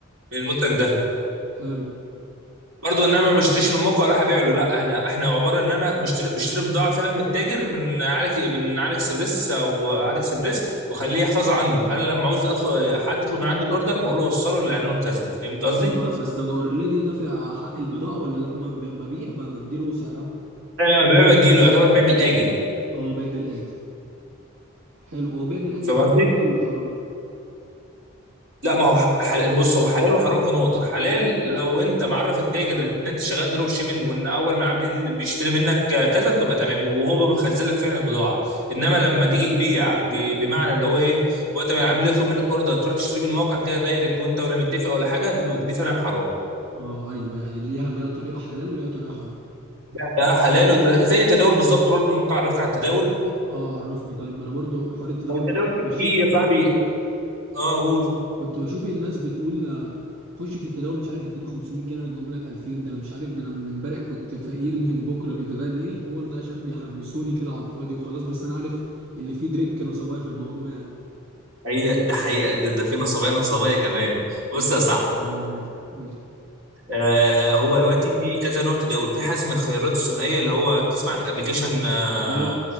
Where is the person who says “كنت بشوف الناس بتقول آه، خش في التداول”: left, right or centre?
Right